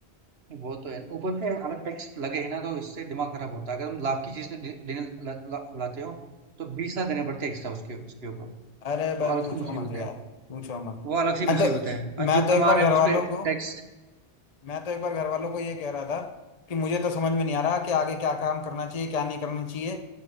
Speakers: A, on the right; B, on the left.
A: वो तो है ऊपर से अलग टैक्स लगे है ना तो इससे दिमाग खराब होता है अगर हम लाख की चीज ले- लेने ला, ला, लाते हो तो बीस लाख देने पड़ते हैं एक्स्ट्रा उसके उसके ऊपर
B: अरे बस
A: वो अलग
B: पूछो
A: सी मुसीबत
B: मत यार
A: है
B: पूछो मत
A: वो अलग सी
B: मैं
A: मुसीबत
B: तो
A: है और
B: <laughs> मैं
A: जो
B: तो
A: कमा
B: एक बार
A: रहे
B: घर
A: हैं उस
B: वालों
A: पे
B: को
A: टैक्स
B: मैं तो एक बार घर वालों को ये कह रहा था कि मुझे तो समझ में नहीं आ रहा कि आगे क्या काम करना चाहिए क्या नहीं करना चाहिए